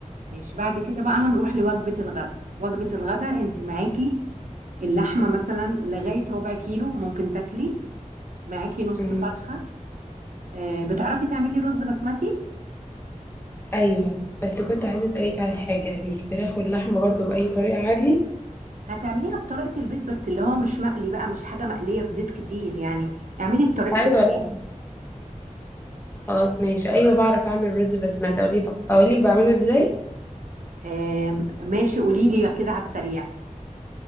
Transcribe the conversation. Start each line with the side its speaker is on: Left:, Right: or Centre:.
Right: ماشي بعد كده بقى هنروح لوجبة الغداء وجبة الغداء انت معاكي اللحمة مثلا لغاية ربع كيلو ممكن تاكلي معاكي نص
Left: مم.
Right: فرخة آه، بتعرفي تعملي رز بسمتي
Left: أيوة بس كنت عايزة أسألك على حاجة الفراخ واللحمة برضو بأي طريقة عادي
Right: هتعمليها بطريقة البيت بس اللي هو مش مقلي بقى مش حاجة مقلية في زيت كتير يعني اعملي بطريقتك
Left: أيوة لا
Right: عادي
Left: خلاص ماشي أيوة بعرف أعمل رز بسمتي أقول لك أقول لك بعمله إزاي
Right: آم، ماشي قولي لي كده على السريع